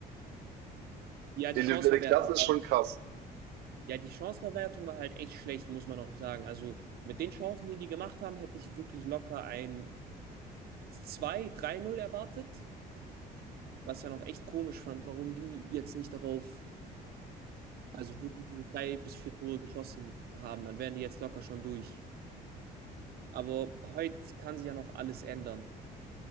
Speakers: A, on the right; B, on the right.
A: Ja, die
B: individuelle
A: Chanceverwertung
B: Klasse ist
A: war,
B: schon
A: halt,
B: krass.
A: ja, die Chanceverwertung war halt echt schlecht, muss man auch sagen. Also mit den Chancen, die die gemacht haben, hätte ich wirklich locker ein zwei drei null erwartet. Was ich ja noch echt komisch fand, warum die jetzt nicht darauf, also wirklich diese drei bis vier Tore geschossen haben. Dann wären die jetzt locker schon durch. Aber heute kann sich ja noch alles ändern.